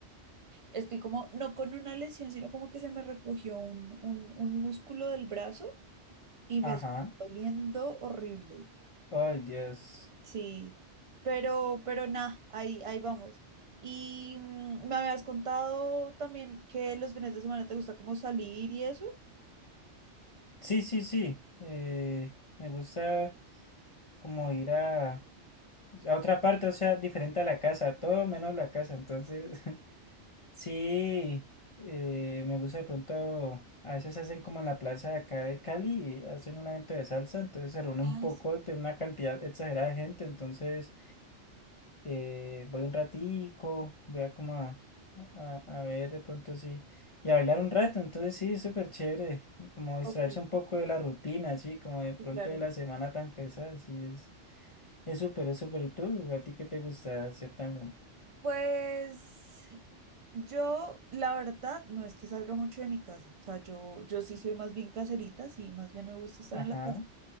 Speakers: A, on the right; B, on the left.
A: estoy como, no con una lesión, sino como que se me recogió un, un, un músculo del brazo y
B: Ajá.
A: me está doliendo horrible.
B: Ay, Dios.
A: Sí, pero, pero nada, ahí, ahí vamos. Y mm, me habías contado también que los fines de semana te gusta como salir y eso.
B: Sí, sí, sí. Eh, me gusta como ir a, a otra parte, o sea, diferente a la casa, todo menos la casa. Entonces, <laughs> sí, eh, me gusta de pronto, a veces hacen como en la plaza de acá de Cali, hacen un evento de salsa, entonces se reúne
A: Ay,
B: un poco,
A: sí,
B: tiene una cantidad exagerada de gente, entonces... eh, voy un ratico, voy a como a, a, a ver de pronto sí, y a bailar un rato, entonces sí, súper chévere, como distraerse
A: ok,
B: un poco de la rutina, sí, como de
A: sí,
B: pronto
A: claro.
B: de la semana tan pesada, sí, es es súper, es súper, ¿y tú? ¿A ti qué te gusta hacer también?
A: Pues yo, la verdad, no es que salga mucho de mi casa. O sea, yo, yo sí soy más bien caserita, sí, más bien me gusta estar
B: Ajá,
A: en la casa.